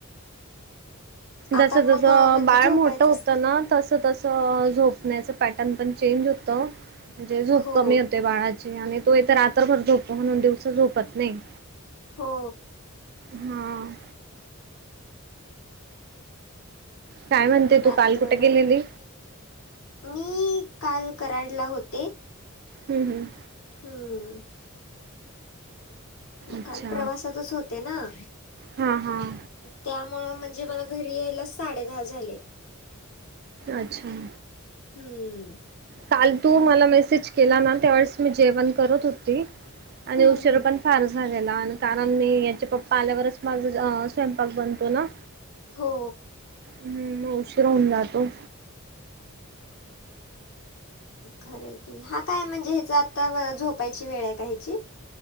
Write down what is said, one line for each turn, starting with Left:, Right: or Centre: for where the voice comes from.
Right: जसं
Left: आता मग
Right: जसं
Left: म्हणजे
Right: बाळं
Left: झोपायचंच
Right: मोठं होतं नां तसं तं तसं झोपण्यांचं पॅटर्न पणं चेंज होतं म्हणजे झोंप
Left: हो
Right: कमी होते बाळांची आणि तोथ रात्रंभरं झोप म्हणूंन दिवसं झोपतं नाहीं
Left: हो
Right: हां काय म्हणते
Left: रात्रंभरं
Right: तू काल कुठे गेलेली
Left: मी कांल करांडला होते
Right: हम्मं हं
Left: हम्मं मंग
Right: अच्छा.
Left: कांल प्रवासांतचं होते नां
Right: हां हां
Left: त्यांमुळं म्हणजे मलां घरी यांयला साडे दहा झाले
Right: अच्छा
Left: हम्मं
Right: कांल तूं मलां मेसेज केलां नां त्यांवेळेस मी जेवणं करतं होती आणि
Left: हम्म
Right: उशीर
Left: हम्म
Right: पणं फांर झालेला आणि कारणं मी यांच्या पप्पां आल्यांवरचं माझां स्वयंपाक बनतो नां
Left: हो
Right: हम्मं मंग उशीर होऊंन जातो
Left: खरं की हां कायं म्हणजे ह्यांचं आंता झोपांयची वेळं आहे कां ह्यांची